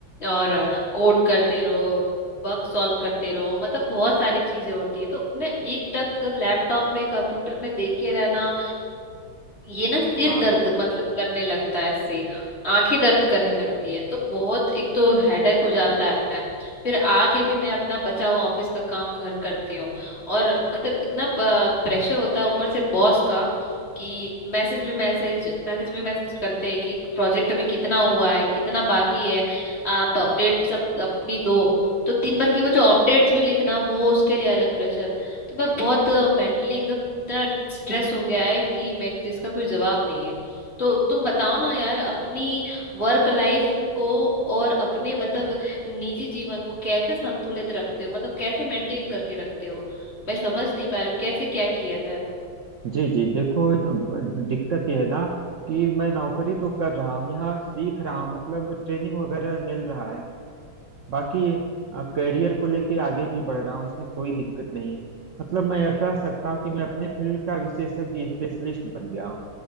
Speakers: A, on the left; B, on the right.
A: और कोड करते रहो बग सॉल्व करते रहो मतलब बहुत सारी चीजें होती है तो ना एक टक लैपटॉप में कंप्यूटर में देखे रहना ये ना सिर
B: हाँ
A: दर्द मतलब करने लगता है इससे आंखें दर्द करने लगती है तो बहुत एक तो हेडेक हो जाता है फिर आके भी मैं अपना बचा हुआ ऑफिस का काम घर करती हूँ और मतलब इतना प्रेशर होता है ऊपर से बॉस का कि मैसेज भी मैसेज मैसेज भी मैसेज करते हैं कि प्रोजेक्ट अभी कितना हुआ है कितना बाकी है आप अपडेट्स अप, अपनी दो तो दिन भर की वो जो अपडेट्स भी लिखना वो उसके लिए अलग प्रेशर तो मैं बहुत मेंटली एकदम इतना स्ट्रेस हो गया है कि मैं जिसका कोई जवाब नहीं है तो तुम बताओ ना यार अपनी वर्क लाइफ को और अपने मतलब निजी जीवन को कैसे संतुलित रखते हो मतलब कैसे मेंटेन करके रखते हो मैं समझ नहीं पा रही हूँ कैसे क्या किया जाए
B: जी जी देखो ये तो ब- दिक्कत यह है ना कि मैं नौकरी तो कर रहा हूँ यहाँ सीख रहा हूँ मतलब ट्रेनिंग वगैरह मिल रहा है बाकी करियर को लेके आगे भी बढ़ रहा हूँ इसमें कोई दिक्कत नहीं है मतलब मैं यह कह सकता हूँ कि मैं अपने फील्ड का विशेषज्ञ स्पेशलिस्ट बन गया हूँ